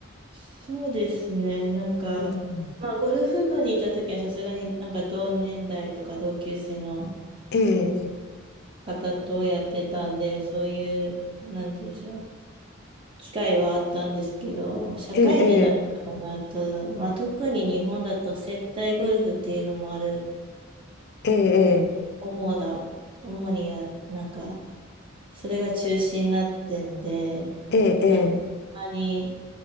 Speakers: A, on the right (about 25°); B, on the left (about 50°).
A: そうですね。なんか、
B: うん。
A: まあ、ゴルフ部にいた時はさすがになんか同年代とか同級生の
B: ええ、
A: 方とやってたんで、そういう、なんて言うんでしょう、機会はあったんですけど、社会人になってからになると、
B: ええ、
A: まあ、特に日本だと接待ゴルフっていうのもある、
B: ええ、ええ、
A: ね、主だ、主にや、なんか、それが中心になってんで、
B: ええ、ええ。
A: なんか、そんなに